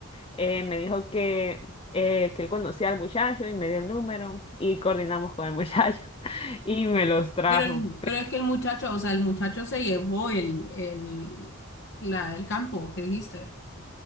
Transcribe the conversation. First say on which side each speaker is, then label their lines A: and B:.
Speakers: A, on the left; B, on the left.
A: Eh, me dijo que, eh, que él conocía al muchacho y me dio el número y coordinamos con el muchacho <laughs> y me los trajo.
B: Pero, el- pero es que el muchacho, o sea, el muchacho se llevó el, el, la, el campo que dijiste.